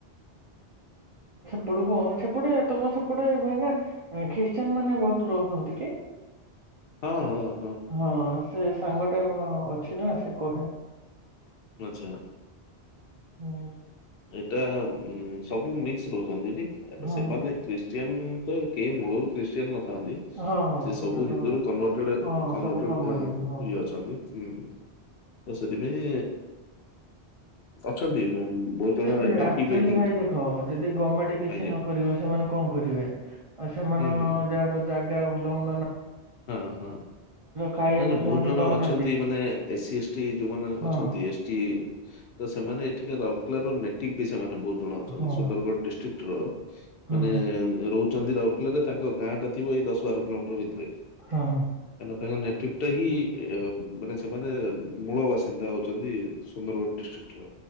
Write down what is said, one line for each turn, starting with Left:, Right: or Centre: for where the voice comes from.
Right: <unintelligible> କଣ ସେପଟେ ତୋମ ସେପଟେ ଭାଇନା ଏ ଖ୍ରୀଷ୍ଟିୟାନ ମାନେ ବହୁତ ରହନ୍ତି କି?
Left: ହଁ, ହଁ।
Right: ହଁ ସେ ସାଙ୍ଗ ଟା ମୋ ଅଛି ନା ସେ କହେ।
Left: ଆଚ୍ଛା।
Right: ହଁ।
Left: ଏଟା ଉଁ, ସବୁ ମିକ୍ସ ରହୁଛନ୍ତି ଏଠି ଏଟା
Right: ହଁ
Left: ସେମାନେ ଖ୍ରୀଷ୍ଟି ୟାନ ତ କେ ମୂଳରୁ ଖ୍ରୀଷ୍ଟିୟାନ୍ ନ ଥାନ୍ତି।
Right: ହଁ ହଁ ହଁ
Left: ସିଏ
Right: ସେଇଟା
Left: ସବୁ
Right: ତ
Left: ହିନ୍ଦୁରୁ କନଭଟେଡ୍ ଏ
Right: ହଁ
Left: କନଭଟେଡ୍ଏ
Right: ସବୁ କନଭର୍ଟ ହେଇଛନ୍ତି ହଁ
Left: ଇଏ ଅଛନ୍ତି। ହୁଁ, ତ ସେଥିପାଇଁ ଅଛନ୍ତି ବହୁତ ଜଣ
Right: ଏ
Left: ନେଟିଭ୍
Right: ଆକ୍ଚୁଆଲି
Left: ଏଠି
Right: ଭାଇ ଦେଖ ଯଦି ଗମେଣ୍ଟ କିଛି
Left: ଆଜ୍ଞା
Right: ନ କରିବ ସେମାନେ କଣ କରିବେ। ଆଉ ସେମାନଙ୍କ
Left: ହୁଁ ହୁଁ
Right: ହଁ ଯାହାର ଜାଗା ଭଲ ମ
Left: ହଁ, ହଁ।
Right: ଖାଇବାକୁ
Left: ନାଇ ନାଇ
Right: ସେମାନେ
Left: ବହୁତ ଜଣ
Right: ପାଉନାହାନ୍ତି
Left: ଅଛନ୍ତି ମାନେ ଏ ସି, ଏସ୍ ଟି ଯୋଉମାନେ
Right: ହଁ
Left: ଅଛନ୍ତି। ଏସ୍ ଟି ତ ସେମାନେ ଏଠି କା ରାଉରକେଲାର ନେଟିବ୍ ବି ସେମାନେ ବହୁ ଜଣ ଅଛନ୍ତି।
Right: ହଁ
Left: ସୁନ୍ଦରଗଡ଼ ଡିଷ୍ଟ୍ରିକ୍ ର
Right: ହଁ
Left: ମାନେ ରହୁ ଛନ୍ତି ରାଉରକେଲାରେ ତାଙ୍କ ଗାଁ ଟା ଥିବ ଏ ଦଶ ବାର କିଲୋମିଟର୍ ଭି ତରେ
Right: ହଁ
Left: କାଇନା ନେଟିବ୍ ଟା ହିଁ ଏ, ଉଁ, ମାନେ ସେମାନେ ମୂଳ ବାସିନ୍ଦା ହଉଛନ୍ତି ସୁନ୍ଦରଗଡ଼ ଡିଷ୍ଟ୍ରିକ୍ ର।